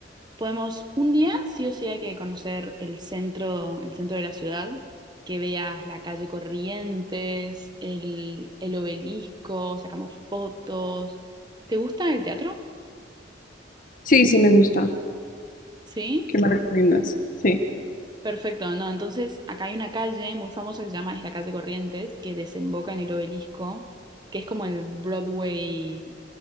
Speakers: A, on the right; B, on the left.
A: podemos un día, sí o sí hay que conocer el centro, el centro de la ciudad, que veas la calle Corrientes, el, el obelisco, sacamos fotos. ¿Te gusta el teatro?
B: Sí, sí, me gusta.
A: ¿Sí?
B: ¿Qué me recomiendas? Sí,
A: Perfecto, no, entonces acá hay una calle muy famosa que se llama, es la calle Corrientes, que desemboca en el Obelisco, que es como el Broadway